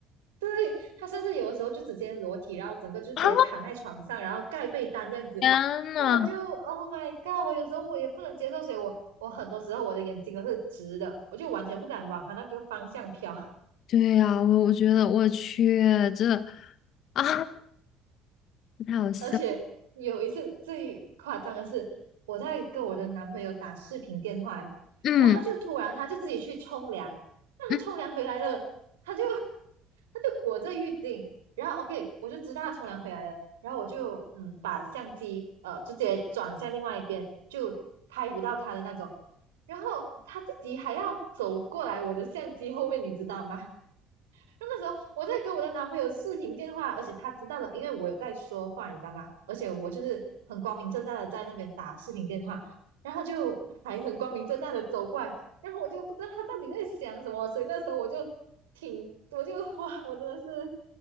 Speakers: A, on the right; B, on the left.
A: 对，他甚至有的时候就直接裸体，然后整个就直接躺在床上，
B: 啊，
A: 然后盖被单这样子。
B: 天呐，
A: 那我就 Oh my God！我有时候我也不能接受，所以我我很多时候我的眼睛都是直的，我就完全不敢往他那个方向飘。
B: 对呀、我我觉得我去这啊，太好笑。
A: 而且有一次最夸张的是，我在跟我的男朋友打视频电话，
B: 嗯
A: 然后他就突然他就自己去冲凉，那他冲凉回来了，
B: 嗯，
A: 他就 <laughs> 他就裹着浴巾，然后 OK 我就知道他冲凉回来了，然后我就嗯把相机呃直接转向另外一边，就拍不到他的那种，然后他自己还要走过来我的相机后面，你知道吗？那时候我在跟我的男朋友视频电话，而且他知道的，因为我有在说话，你知道吗？而且我就是很光明正大的在那边打视频电话，然后就还很光明正大的走过来，然后我就不知道他到底在想什么，所以那时候我就挺，我就 <laughs> 哇，我真的是